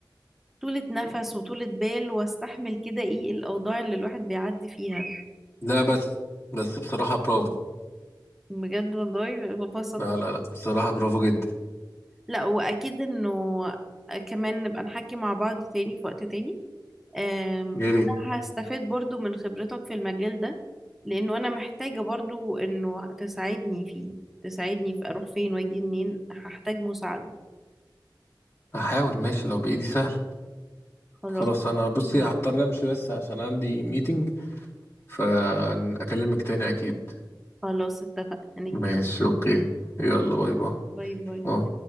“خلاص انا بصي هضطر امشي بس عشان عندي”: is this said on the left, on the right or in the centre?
Left